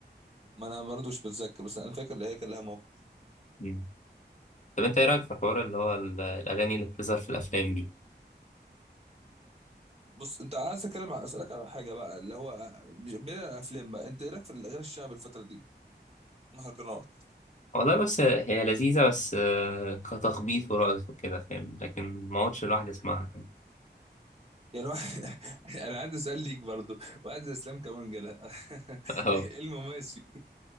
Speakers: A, on the right; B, on the left.
A: ما انا برضه مش بتذكر بس انا فاكر ان هي كان لها موقف
B: مم. طب أنت إيه رأيك في الحوار اللي هو ال- الأغاني اللي بتظهر في الأفلام دي؟
A: بص انت عايز اتكلم على اسالك على حاجه بقى اللي هو مش- بعيد عن الافلام بقى انت ايه رايك في الاغاني الشعبي الفتره دي؟ مهرجانات
B: والله بس هي لذيذة بس آه، كتخبيط ورقص وكده فاهم لكن ما اقعدش لوحدي اسمعها <laughs>
A: يعني واحد <laughs> انا عندي سؤال ليك برضو واحد زي اسلام كمان كده <laughs>
B: اه
A: ايه المميز فيه